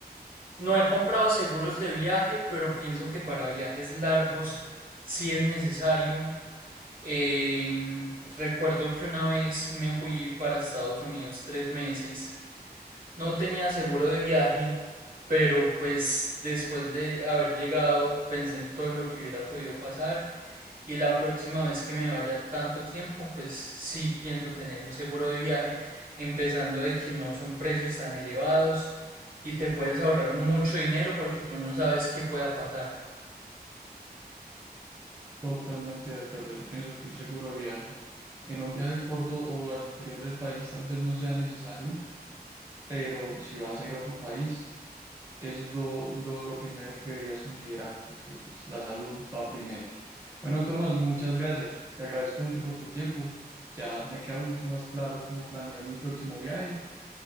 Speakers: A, on the right; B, on the right.
A: no he comprado seguros de viaje, pero pienso que para viajes largos sí es necesario. Em, recuerdo que una vez me fui para Estados Unidos tres meses No tenía seguro de viaje, pero pues después de haber llegado pensé en todo lo que hubiera podido pasar y la próxima vez que me vaya tanto tiempo, pues sí pienso tener un seguro de viaje, empezando de que no son precios tan elevados y te puedes ahorrar mucho dinero porque tú no sabes qué pueda pasar.
B: Totalmente de acuerdo. Yo pienso que un seguro de viaje En un viaje corto o al interior del país tal vez no sea necesario, pero si vas a ir a otro país, es lo, lo, lo primero que deberías considerar, porque pues, la salud va primero. Bueno, Tomás, muchas gracias. Te agradezco mucho por tu tiempo. Ya me queda mucho más claro cómo planear mi próximo viaje